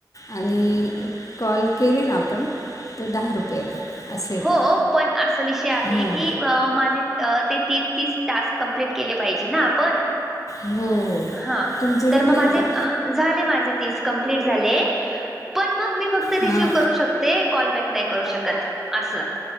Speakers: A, on the left; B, in the centre.
A: आणि कॉल केले ना आपण. तर दहा रुपये येतात असं येतं
B: हो, पण अस विषय आहे
A: हो
B: की हो माझे ते तीन तीस टास्क कंप्लीट केले पाहिजे ना आपण.
A: हो हो
B: हा
A: तुमचे
B: तर
A: झाले
B: मग माझे.
A: आहे का
B: झाले माझे तीस कंम्प्लीट झाले पण मग मी फक्त
A: हां
B: रिसीव करू शकते. कॉलबॅक नाही करू शकत असं.